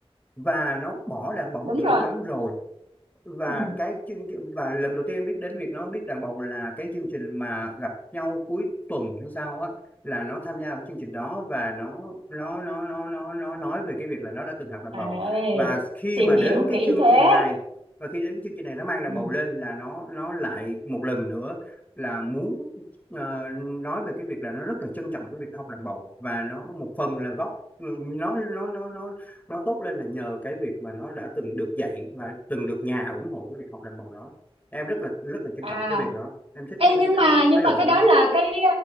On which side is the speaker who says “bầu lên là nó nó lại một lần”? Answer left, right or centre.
Left